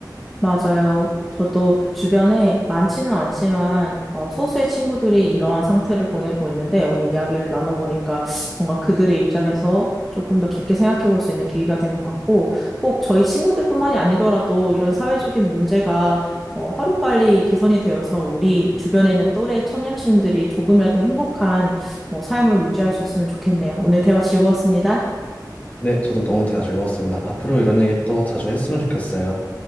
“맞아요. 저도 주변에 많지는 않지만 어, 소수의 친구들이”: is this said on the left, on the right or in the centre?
Centre